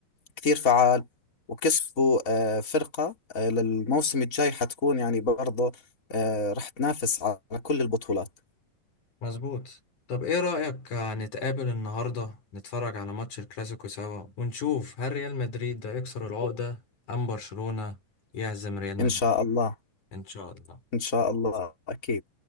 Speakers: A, on the left (about 20°); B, on the left (about 60°).
A: كثير فعال وكسبوا آه، فرقة آه، للموسم الجاي حتكون يعني برضه آه، راح تنافس على كل البطولات
B: مظبوط طب ايه رايك آه، نتقابل النهارده نتفرج على ماتش الكلاسيكو سوا ونشوف هل ريال مدريد ده يكسر العقده ام برشلونه يهزم ريال مدريد
A: إن شاء الله
B: ان شاء الله
A: إن شاء الله أكيد